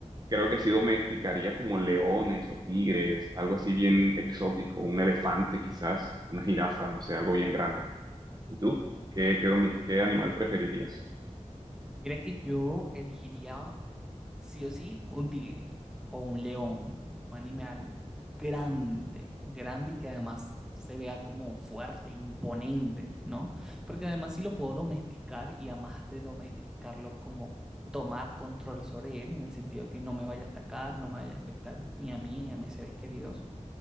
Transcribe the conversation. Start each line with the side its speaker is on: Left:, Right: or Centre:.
Right: creo que sí domesticaría como leones o tigres, algo así bien exótico, un elefante quizás, una jirafa, no sé, algo bien grande. ¿Y tú? ¿Qué, qué domi- qué animal preferirías?
Centre: Mira que yo elegiría sí o sí, un tigre o un león, un animal grande, grande y que además se vea como fuerte, imponente, ¿no? Porque además sí lo puedo domesticar y además de domesticarlo como tomar control sobre él, en el sentido que no me vaya a atacar, no me vaya a afectar ni a mí ni a mis seres queridos,